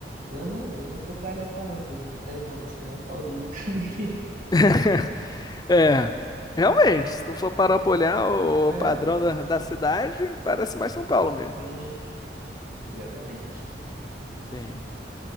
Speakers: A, on the right (about 45°); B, on the left (about 20°).
A: eu não, eu não sou carioca, não, sou de Volta Redonda, sou mais paulista <laughs> do que.
B: <laughs> É. Realmente, se tu for parar pra olhar o
A: É,
B: padrão da, da cidade, parece mais São Paulo mesmo.
A: sim, exatamente.
B: Sim.